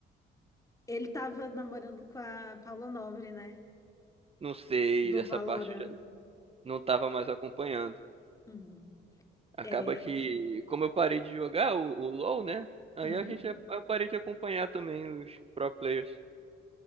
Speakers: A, on the left; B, on the right.
A: Ele tava namorando com a Paula Nobre, né?
B: Não sei,
A: Do
B: essa
A: Valorant.
B: parte. não tava mais acompanhando.
A: Uhum.
B: Acaba
A: É.
B: que, como eu parei de jogar o, o LoL, né? Aí
A: Uhum.
B: a gente, eu parei de acompanhar também os pro players.